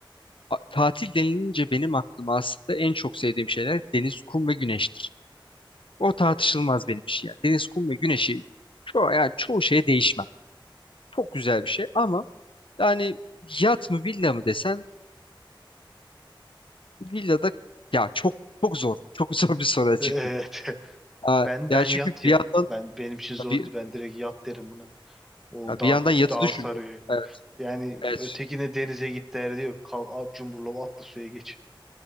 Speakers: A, on the left; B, in the centre.
A: a- tatil denilince benim aklıma aslında en çok sevdiğim şeyler deniz, kum ve güneştir. O tartışılmaz benim için yani. Deniz, kum ve güneşi çoğu, yani çoğu şeye değişmem. Çok güzel bir şey ama yani yat mı villa mı desen villada ya çok çok zor. Çok <laughs> zor bir soru açıkçası.
B: Evet. <laughs>
A: Ha,
B: Ben
A: ya
B: ben
A: çünkü
B: yat ya.
A: bir yandan
B: Ben benim için zordu.
A: bir
B: Ben direkt yat derim buna. O
A: Ya
B: daha
A: bir yandan yatı
B: daha
A: düşünüyorum.
B: sarıyor.
A: Evet,
B: Yani
A: evet.
B: ötekine denize git derdi yok. Kal at cumburlop atla suya geç.